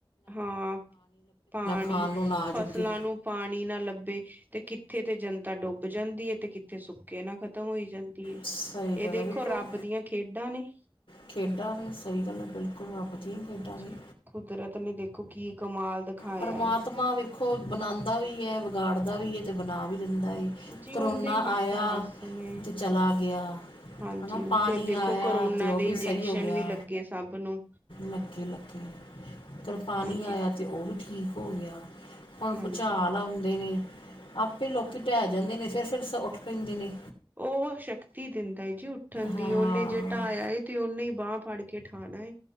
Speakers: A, on the right; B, on the left.
A: ਹਾਂ, ਪਾਣੀ
B: ਖਾਣ ਨੂੰ ਨਾ
A: ਫਸਲਾਂ
B: ਜੁਗੇ
A: ਨੂੰ ਪਾਣੀ ਨਾ ਲੱਭੇ। ਤੇ ਕਿੱਥੇ ਤੇ ਜਨਤਾ ਡੁੱਬ ਜਾਂਦੀ ਹੈ ਤੇ ਕਿੱਥੇ ਸੁੱਕੇ ਨਾ ਖ਼ਤਮ ਹੋਈ ਜਾਂਦੀ। ਹੈ
B: ਸਹੀ
A: ਇਹ
B: ਗੱਲ
A: ਦੇਖੋ
B: ਹੈ, ਵੇਖੋ
A: ਰੱਬ ਦੀਆਂ ਖੇਡਾਂ ਨੇ
B: ਖੇਡਾਂ ਨੇ ਸਹੀ ਗੱਲ ਹੈ, ਬਿਲਕੁਲ ਰੱਬ ਦੀ ਖੇਡਾਂ
A: ਹਾਂਜੀ
B: ਨੇ।
A: ਕੁਦਰਤ ਨੇ ਦੇਖੋ ਕੀ ਕਮਾਲ ਦਿਖਾਇਆ
B: ਪਰਮਾਤਮਾ
A: ਏ
B: ਵੇਖੋ ਬਣਾਉਦਾ ਵੀ ਏ, ਵਿਗਾੜਦਾ ਵੀ ਏ। ਤੇ ਬਣਾ ਵੀ
A: ਜੀ
B: ਕਰੋਨਾ
A: ਉਹਦੇ ਹੀ ਹੱਥ
B: ਆਇਆ
A: ਵੱਸ ਨੇ
B: ਤੇ ਚਲਾ ਗਿਆ ਹੈ
A: ਹਾਂਜੀ,
B: ਨਾ ਪਾਣੀ
A: ਫੇਰ ਦੇਖੋ
B: ਆਇਆ
A: ਕਰੋਨਾ
B: ਅਤੇ ਉਹ
A: ਦੇ
B: ਵੀ
A: ਇੰਜੈਕਸ਼ਨ
B: ਸਹੀ ਹੋ ਗਿਆ
A: ਵੀ ਲੱਗੇ ਸਭ ਨੂੰ
B: ਲੱਗੇ ਲੱਗੇ ਉਰ ਪਾਣੀ
A: ਹਾਂਜੀ
B: ਆਇਆ ਤੇ ਉਹ ਵੀ ਠੀਕ ਹੋ ਗਿਆ, ਹੁਣ
A: ਹਾਂਜੀ
B: ਭੁਚਾਲ ਆਉਂਦੇ ਨੇ, ਆਪੇ ਲੋਕੀ ਢਹਿ ਜਾਂਦੇ ਨੇ ਫਿਰ ਉੱਠ ਪੈਂਦੇ ਨੇ
A: ਉਹ ਸ਼ਕਤੀ ਦਿੰਦਾ ਏ ਜੀ ਉੱਠਣ ਦੀ,
B: ਹਾਂ
A: ਉਹਨੇ ਜੇ ਢਾਹਿਆ ਤੇ ਉਹਨੇ ਹੀ ਬਾਂਹ ਫੜ ਕੇ ਕੇ ਉਠਾਣਾ ਏ।